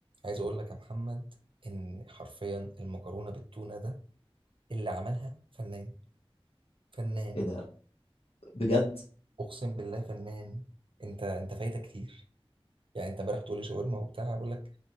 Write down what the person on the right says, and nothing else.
عايز اقول لك يا محمد ان حرفيا المكرونه بالتونه ده اللي عملها فنان فنان
اقسم بالله فنان انت انت فايتك كتير يعني انت امبارح بتقول لي شاورما وبتاع بقول لك